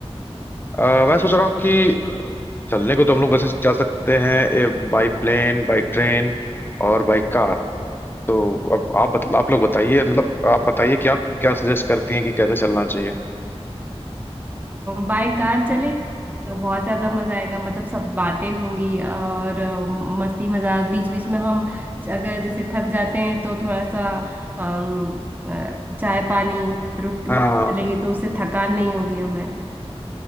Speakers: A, on the left; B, on the right.
A: अ, मैं सोच रहा हूँ कि चलने को तो हम लोग वैसे जा सकते हैं बाई प्लेन बाई ट्रेन और बाई कार तो अब आप बत, आप लोग बताइए मतलब आप बताइए कि आप क्या सजेस्ट करती हैं कि कैसे चलना चाहिए
B: बाय कार चले तो बहुत ज्यादा मजा आएगा मतलब सब बातें होंगी और अ, मस्ती मजाक बीच बीच में हम अगर जैसे थक जाते हैं तो थोड़ा सा अम, अ, चाय पानी रुक रुक
A: हाँ
B: लेंगे तो उससे थकान नहीं होगी हमें